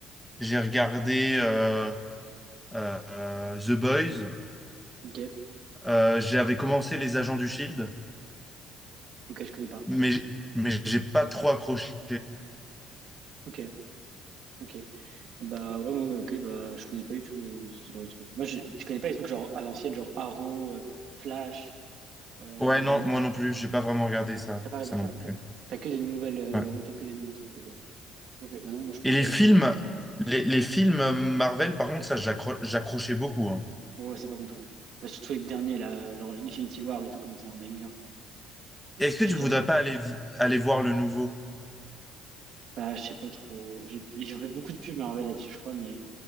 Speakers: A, in the centre; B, on the right (about 60°).
A: j'ai regardé euh, euh, The Boys,
B: ok,
A: euh, j'avais commencé Les Agents du Shield,
B: ok, je connais pas.
A: mais mais j'ai pas trop accroché.
B: Ok, ok. Bah ouais, moi, ouais, ok, bah je connais pas du tout euh, ce genre de truc. Moi, je, tu connais pas les trucs genre à l'ancienne, genre Arrow, euh, Flash, euh,
A: Ouais,
B: il
A: non,
B: y avait un autre
A: moi
B: truc.
A: non plus, j'ai pas vraiment regardé ça,
B: T'as pas regardé
A: ça
B: ça?
A: non plus.
B: Ok. T'as que des nouvelles, euh,
A: Ouais.
B: en gros, t'as que des nouveaux trucs. Ok, ok, bah non, moi je connais
A: Et les
B: pas
A: films,
B: les.
A: les, les films Marvel, par contre, ça j'accro- j'accrochais beaucoup. hein.
B: Ouais, ouais, ça par contre, ouais. Bah, surtout les derniers, là, genre Infinity War et tout, comment c'est un banger.
A: Est-ce que
B: Plusieurs,
A: tu voudrais
B: ça.
A: pas aller v- aller voir le nouveau?
B: Bah, je sais pas trop. J'ai j'ai fait beaucoup de pubs Marvel là-dessus, je crois, mais